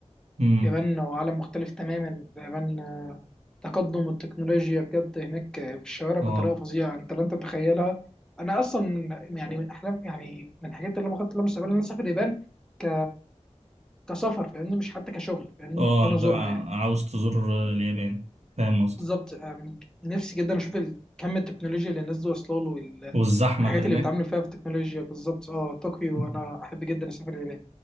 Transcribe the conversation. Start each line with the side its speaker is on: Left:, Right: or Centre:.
Right: امم
Centre: اليابان وعالم مختلف تماما اليابان تقدم التكنولوجيا بجد هناك في الشوارع
Right: اه
Centre: بطريقه فظيعه انت لا انت تتخيلها انا اصلا يعني من احلام يعني من الحاجات اللي انا خدت لها مستقبلا ان انا اسافر اليابان ك كسفر فاهمني مش حتى كشغل فاهمني
Right: اه
Centre: ده انا
Right: أنت
Centre: ازورها يعني
Right: عاوز تزور اليابان فاهم قصدك
Centre: بالظبط يعني نفسي جدا اشوف ال- كم التكنولوجيا اللي الناس دي واصله له وال-
Right: والزحمة
Centre: والحاجات
Right: اللي هناك
Centre: اللي بيتعاملوا فيها في التكنولوجيا بالظبط اه طوكيو
Right: <laughs>
Centre: انا احب جدا اسافر اليابان